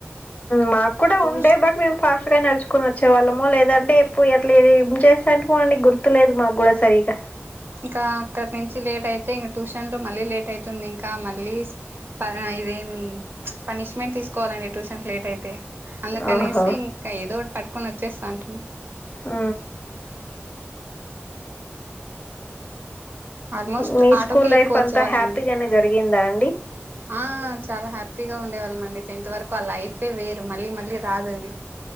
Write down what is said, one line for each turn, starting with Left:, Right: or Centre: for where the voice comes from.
Left: మాకు కూడా
Right: ట్యూష్
Left: ఉండే బట్ మేము ఫాస్ట్ గా నడుచుకొని వచ్చి చ్చే వాళ్ళమో లేదంటే ఎప్పుడు ఎట్లా ఏం చేస్తా అంటకో అండి గుర్తులేదు మాకు కూడా సరిగా
Right: ఇంకా అక్కడ నుంచి లేట్ అయితే ఇం ట్యూషన్ లో మళ్ళీ లేట్ అయితుంది ఇంకా మళ్ళీ ప ఇదేమి పనిష్మెంట్ తీసుకోవాలండి ట్యూషన్ కి లేట్ అయితే అందుకనేసి
Left: ఓహో
Right: ఇంకా ఏదో ఒకటి పట్టుకొని వచ్చేస్తాంటిమి
Left: ఆ
Right: ఆల్మోస్ట్
Left: మీ
Right: ఆటోకే
Left: స్కూల్ లైఫ్
Right: ఎక్కువ
Left: అంతా
Right: వచ్చేవాళ్ళమండి
Left: హ్యాపీగానే జరిగిందా అం
Right: ఆ చాలా హ్యాపీగా ఉండేవాళ్ళం అండి టెన్త్ వరకు ఆ లైఫే వేరు మళ్లీ మళ్లీ రాదు అది